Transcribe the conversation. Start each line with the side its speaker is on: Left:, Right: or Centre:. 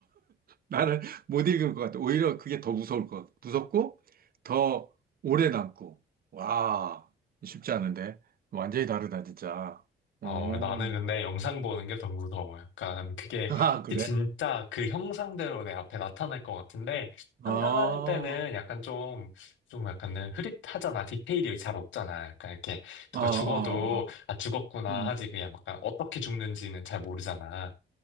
Right: 나는 못 읽을 것 같아. 오히려 그게 더 무서울 것 같아. 무섭고, 더 오래 남고. 와, 쉽지 않은데. 완전히 다르다, 진짜.
Left: 어,
Right: 오,
Left: 나는 근데 영상 보는 게 더 무서워. 약간 그게
Right: <laughs> 아, 그래?
Left: 이게 진짜 그 형상대로 내 앞에 나타날 것 같은데
Right: 아,
Left: 상상할 때는 약간 좀, 좀 약간은 흐릿하잖아. 디테일이 잘 없잖아. 약간 이렇게 누가
Right: 아, 아,
Left: 죽어도
Right: 아.
Left: 아, 죽었구나
Right: 음,
Left: 하지. 그냥 약간 어떻게 죽는지는 잘 모르잖아.